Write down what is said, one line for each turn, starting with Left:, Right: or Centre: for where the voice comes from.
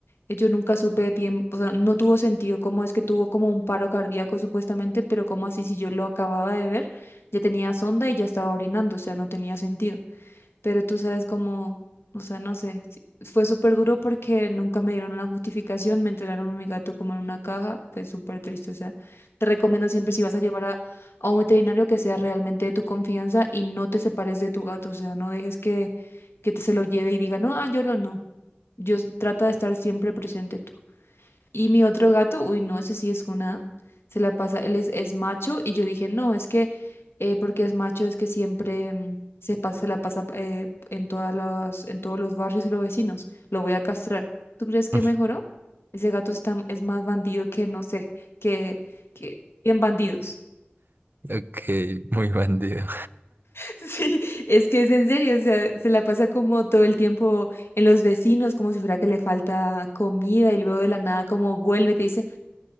Left: eh, Yo nunca supe bien, o sea, no tuvo sentido cómo es que tuvo como un paro cardíaco supuestamente, pero como así si yo lo acababa de ver, ya tenía sonda y ya estaba orinando, o sea, no tenía sentido pero tú sabes cómo, o sea, no sé, sí, fue súper duro porque nunca me dieron una justificación, me entregaron a mi gato como en una caja, fue súper triste, o sea, te recomiendo siempre si vas a llevar a, a un veterinario que sea realmente de tu confianza y no te separes de tu gato, o sea, no dejes que, que te se lo lleve y diga, no, ah, yo lo no, yo s- trata de estar siempre presente tú. Y mi otro gato, uy, no, ese sí es una, se la pasa, él es, es macho y yo dije, no, es que eh, porque es macho es que siempre mm, se pasa, se la pasa eh, en todas las, en todos los barrios y los vecinos, lo voy a castrar. ¿Tú crees que
Right: <laughs>
Left: mejoró? Ese gato está, es más bandido que, no sé, que, que, bien bandidos.
Right: Ok, muy bandido.
Left: <laughs> Sí, es que es en serio, o sea, se la pasa como todo el tiempo en los vecinos, como si fuera que le falta comida y luego de la nada como vuelve y te dice...